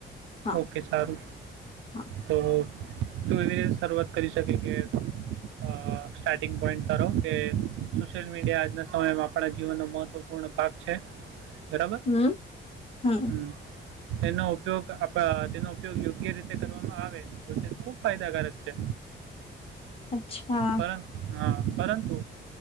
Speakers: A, on the left; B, on the right.
A: હા
B: ઓકે સારું.
A: હા
B: તો તું એવી રીતે શરૂઆત કરી શકી કે આ સ્ટાર્ટિંગ પોઈન્ટ તો કે સોશિયલ મીડિયા આજના સમયમાં આપણા જીવનનો મહત્વપૂર્ણ ભાગ છે. બરાબર
A: હમ હમ
B: હમ્મ. તેનો ઉપયોગ આપ તેનો ઉપયોગ યોગ્ય રીતે કરવામાં આવે તો તે ખૂબ ફાયદાકારક છે.
A: અચ્છા.
B: પરં હા પરંતુ